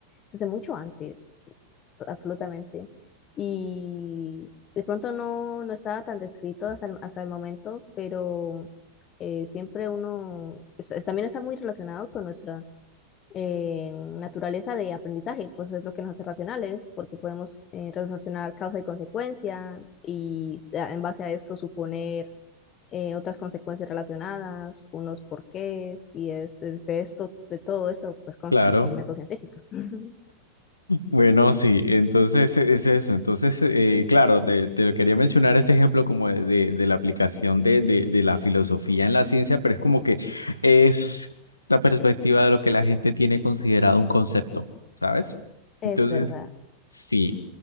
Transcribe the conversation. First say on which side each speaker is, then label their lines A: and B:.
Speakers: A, on the left (about 30°); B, on the left (about 80°).
A: desde mucho antes, to- absolutamente, y de pronto no, no estaba tan descrito hasta el, hasta el momento, pero eh, siempre uno es- es- también está muy relacionado con nuestra eh, naturaleza de aprendizaje, pues es lo que nos hace racionales, porque podemos eh, relacionar causa y consecuencia y a- en base a esto suponer eh, otras consecuencias relacionadas, unos porqués, y es, es de esto, de todo esto, pues consta
B: Claro.
A: el, el método científico. <laughs>
B: Bueno, sí, entonces e- es eso. Entonces, eh, claro, te, te lo quería mencionar este ejemplo como de, de- de la aplicación de, de- de la filosofía en la ciencia, pero es como que es la perspectiva de lo que la gente tiene considerado un concepto, ¿sabes?
A: Es
B: Entonces,
A: verdad.
B: sí.